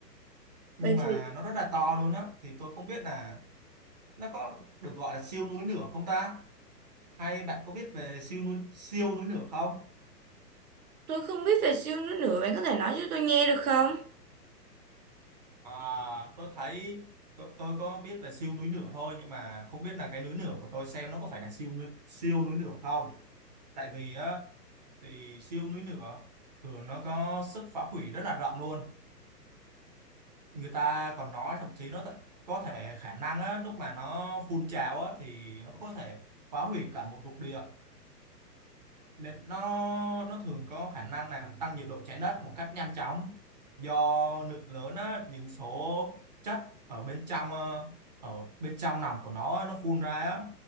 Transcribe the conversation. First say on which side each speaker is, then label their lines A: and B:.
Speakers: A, on the right (about 30°); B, on the right (about 60°).
A: Nhưng
B: vậy
A: mà
B: thì
A: nó rất là to luôn á thì tôi không biết là nó có được gọi là siêu núi lửa không ta? Hay bạn có biết về siêu núi, siêu núi lửa không?
B: tôi không biết về siêu nữa nữa bạn có thể nói cho tôi nghe được không
A: À, tôi thấy tôi, tôi có biết về siêu núi lửa thôi nhưng mà không biết là cái núi lửa của tôi xem nó có phải là siêu núi siêu núi lửa không? Tại vì á thì siêu núi lửa thường nó có sức phá hủy rất là rộng luôn. Người ta còn nói thậm chí nó th- có thể khả năng á lúc mà nó phun trào á thì nó có thể phá hủy cả một lục địa. nên nó nó thường có khả năng làm tăng nhiệt độ trái đất một cách nhanh chóng do lượng lớn á, những số chất ở bên trong ờ, ở bên trong nòng của nó á, nó phun ra á,